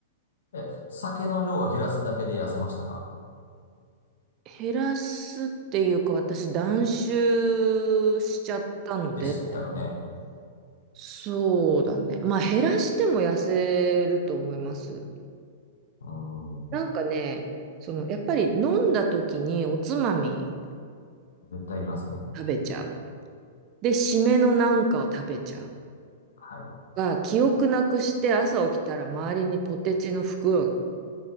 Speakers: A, on the left; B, on the right.
A: え、酒の量を減らすだけで痩せましたか
B: 減らすっていうか、私断酒しちゃったので、
A: でしたよね。
B: そうだね。まあ減らしても痩せると思います。
A: うん。
B: なんかね、そのやっぱり飲んだ時におつまみ
A: 絶対いりますよね。
B: を食べちゃう。で、締めのなんかを食べちゃう。
A: はい。
B: が、記憶なくして朝起きたら周りにポテチの袋が